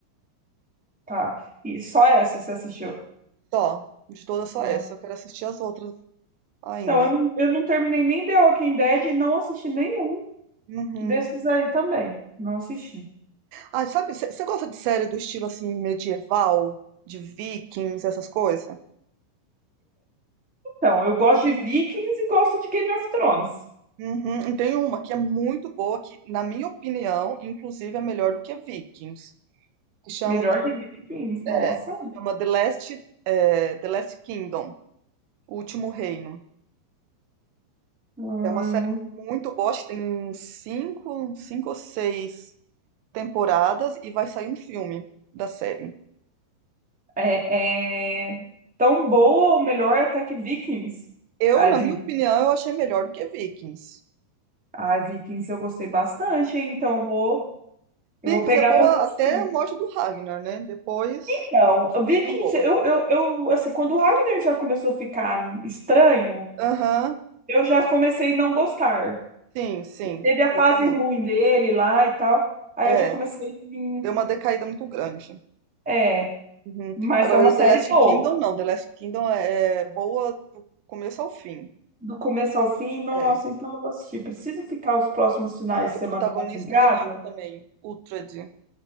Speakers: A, in the centre; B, on the right.
A: Tá. E só essa você assistiu.
B: Só, de todas só
A: Ah.
B: essa. Eu quero assistir as outras ainda.
A: Então, eu não, eu não terminei nem The Walking Dead e não assisti nenhum
B: Uhum.
A: desses aí também. Não assisti.
B: Ah, sabe, você gosta de série do estilo assim medieval, de Vikings, essas coisas?
A: Então, eu gosto de Vikings e gosto de Game of Thrones.
B: Uhum, e tem uma que é muito boa, que na minha opinião, inclusive é melhor do que Vikings, que chama,
A: Melhor que Vikings,
B: é,
A: nossa.
B: chama The Last, é, The Last Kingdom, O Último Reino.
A: Ah,
B: É uma série
A: não-
B: muito boa, acho que tem uns cinco, cinco ou seis temporadas e vai sair um filme da série.
A: É, é tão boa ou melhor até que Vikings.
B: Eu,
A: Ai,
B: na
A: Vi-
B: minha opinião, eu achei melhor do que Vikings.
A: Ai, Vikings eu gostei bastante, hein? Então eu vou, eu
B: Vikings
A: vou pegar
B: é boa
A: pra assistir.
B: até a morte do Ragnar, né? Depois
A: Então, Vikings,
B: É tão boa.
A: eu, eu, eu, assim, quando o Ragnar já começou a ficar estranho,
B: Aham,
A: eu já comecei a não gostar.
B: Sim, sim,
A: Teve a fase
B: eu também.
A: ruim dele lá e tal, aí
B: É,
A: eu já comecei, em-
B: deu uma decaída muito grande.
A: é,
B: Uhum.
A: mas
B: Agora,
A: é uma série
B: The Last
A: boa.
B: Kingdom, não. The Last Kingdom é é boa do começo ao fim.
A: Do começo ao fim, nossa,
B: É.
A: então eu vou assistir. Preciso ficar os próximos finais
B: Ah, e
A: de
B: o
A: semana
B: protagonista
A: em casa?
B: é lindo também, Uhtred.